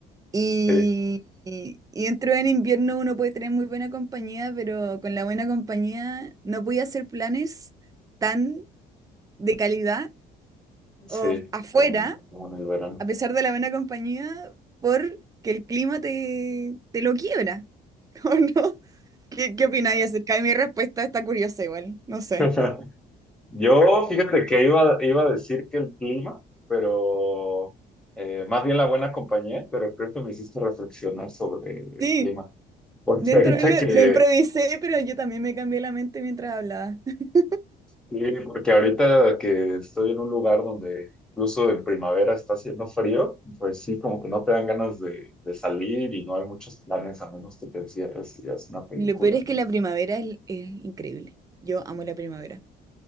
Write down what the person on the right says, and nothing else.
y,
y, y dentro del invierno uno puede tener muy buena compañía, pero con la buena compañía no podía hacer planes tan de calidad
o afuera
a pesar de la buena compañía, porque el clima te, te lo quiebra, <laughs> ¿o no? ¿Qué, qué opináis acerca de mi respuesta? Está curiosa igual, no sé.
Sí,
dentro
de lo,
lo improvisé, pero yo también me cambié la mente mientras hablaba. <laughs>
Lo peor es
que la primavera es, es increíble. Yo amo la primavera.